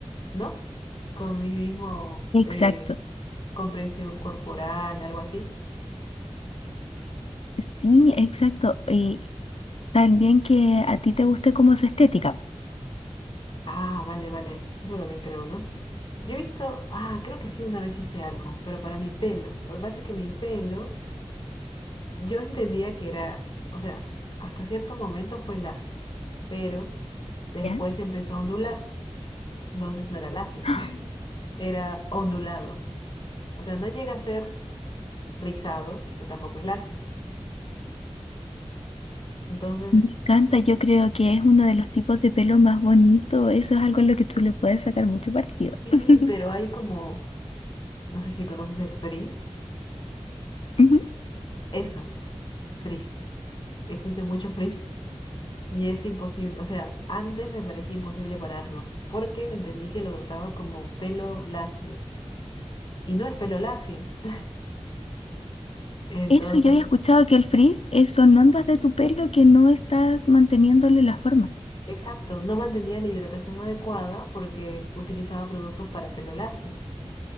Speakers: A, on the left; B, on the left.
A: ¿no? Con mi mismo
B: Exacto.
A: eh, comprensión corporal, algo así.
B: Sí, exacto. Y también que a ti te guste como su estética,
A: Ah, vale, vale. Eso también creo, ¿no? Yo he visto, ah, creo que sí, una vez hice algo, pero para mi pelo. Lo que pasa es que mi pelo, yo entendía que era, o sea, hasta cierto momento fue lacio, pero después
B: ¿ya?
A: empezó a ondular. Entonces no era lacio,
B: ¡Ah!
A: <laughs> pues, era ondulado. O sea, no llega a ser rizado, pero tampoco es lacio. Entonces,
B: Me encanta, yo creo que es uno de los tipos de pelo más bonito. Eso es algo en lo que tú le puedes sacar mucho partido.
A: sí,
B: <laughs>
A: pero hay como, no sé si conoces el frizz.
B: Ujú.
A: Eso, frizz. Existe mucho frizz y es imposible, o sea, antes me parecía imposible pararlo, porque entendí que lo trataba como pelo lacio y no es pelo lacio. <laughs> Entonces,
B: Eso yo había escuchado que el frizz es- son ondas de tu pelo que no estás manteniéndole la forma.
A: exacto, no mantenía la hidratación adecuada porque utilizaba productos para pelo lacio.